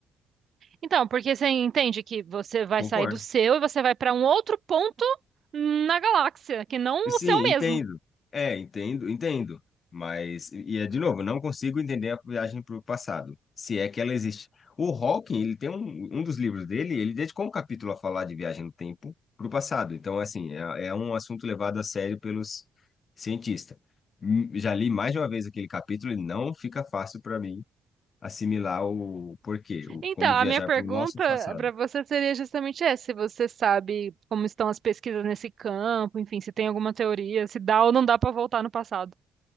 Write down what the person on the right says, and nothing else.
Então, porque você entende que você vai
sair do seu e você vai para um outro ponto na galáxia, que não
o seu mesmo.
Então,
a minha pergunta
para você seria justamente essa, se você sabe como estão as pesquisas nesse campo, enfim, se tem alguma teoria, se dá ou não dá para voltar no passado.